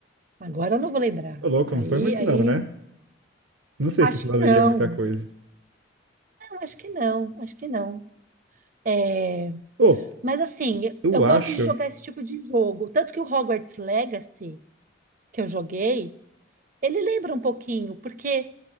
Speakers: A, on the right (about 45°); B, on the right (about 80°).
A: Agora eu não vou lembrar.
B: Ô, louco,
A: Aí,
B: não foi muito
A: aí,
B: não, né? Não sei
A: acho
B: se isso valeria
A: que não.
B: muita coisa.
A: Acho que não, acho que não. É,
B: Ô,
A: mas assim, eu
B: Eu
A: eu gosto
B: acho.
A: de jogar esse tipo de jogo. Tanto que o Hogwarts Legacy, que eu joguei, ele lembra um pouquinho, porque,